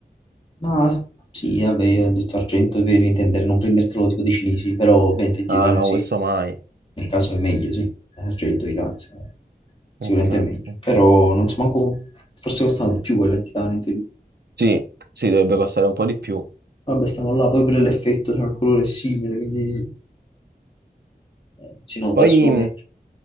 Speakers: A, on the left; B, on the right.
A: Ma sì, vabbè, io ho detto argento per intendere non prendertelo tipo dei cinesi, però ovviamente di
B: Ah
A: danno
B: no,
A: sì,
B: questo mai.
A: nel caso è meglio, sì, argento di danno sì. sicuramente
B: Ok,
A: è meglio,
B: ok.
A: però non so manco, forse costano di più quelle di titanio in teoria.
B: Sì, sì, dovrebbe costare un po' di più.
A: Vabbè, stiamo là, poi pure l'effetto, cioè il colore è simile, quindi eh, non si nota,
B: Poi
A: è solo
B: mh,
A: meglio.